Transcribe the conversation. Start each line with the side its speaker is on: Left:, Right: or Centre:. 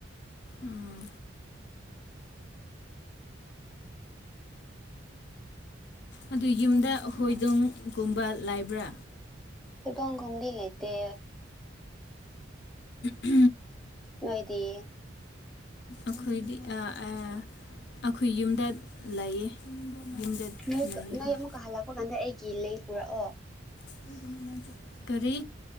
Left: ꯎꯝ ꯑꯗꯨ ꯌꯨꯝꯗ ꯍꯣꯏꯗꯣꯡꯒꯨꯝꯕ ꯂꯥꯏꯕ꯭ꯔꯥ
Centre: ꯇꯪꯒꯨꯝꯗꯤ ꯂꯩꯇꯦ
Left: ꯎꯝ
Centre: ꯅꯣꯏꯗꯤ
Left: ꯑꯈꯣꯏꯗꯤ ꯑ ꯑ ꯑꯈꯣꯏ ꯌꯨꯝꯗ ꯂꯩꯌꯦ ꯌꯨꯝꯗ
Centre: ꯅꯣꯏ
Left: ꯂꯩꯌꯦ
Centre: ꯅꯣꯏ
Left: ꯍꯣꯏ
Centre: ꯑꯃꯨꯛꯀ ꯍꯜꯂꯛꯄ ꯀꯥꯟꯗ ꯑꯩꯒꯤ ꯂꯩ ꯄꯨꯔꯛꯑꯣ
Left: <unintelligible> ꯀꯔꯤ